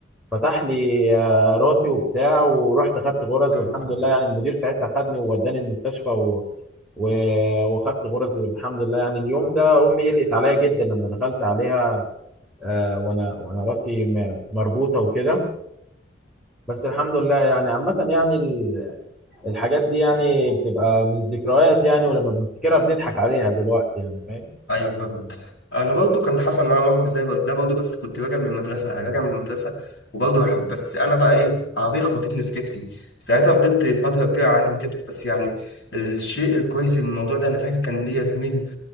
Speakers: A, in the centre; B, on the left.
A: فتح لي آه، راسي وبتاع ورحت خدت غرز
B: خلاص
A: والحمد لله يعني المدير ساعتها خدني ووداني المستشفى و... و... وخدت غرز والحمد لله يعني اليوم ده امي قلقت عليا جدا لما دخلت عليها آه، وانا وانا راسي م- مربوطه وكده بس الحمد لله يعني عامة يعني ال- الحاجات دي يعني بتبقى من الذكريات يعني ولما بنفتكرها بنضحك عليها دلوقتي يعني فاهم
B: ايوه فاهمك انا برضو كان حصل معايا موقف زي ده برضو بس كنت راجع من المدرسه انا راجع من المدرسه وبرضو رح- بس انا بقى ايه عربيه خبطتني في كتفي ساعتها فضلت فتره كبيره اعلم كتفي بس يعني الشيء الكويس من الموضوع ده انا فاكر كان ليا زميل